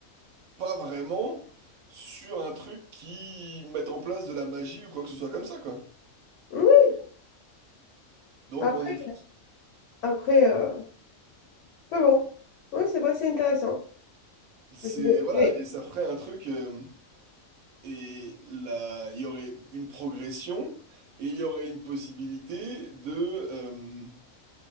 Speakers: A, on the right (about 85°); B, on the left (about 65°).
A: pas vraiment sur un truc qui mette en place de la magie ou quoi que ce soit comme ça, quoi.
B: Oui,
A: Donc
B: après,
A: on est plus...
B: après euh, mais bon, oui, c'est vrai, c'est intéressant.
A: C'est...
B: Je vais-
A: Voilà,
B: je vais-
A: et ça ferait un truc... euh, et là, il y aurait une progression et il y aurait une possibilité de... euh,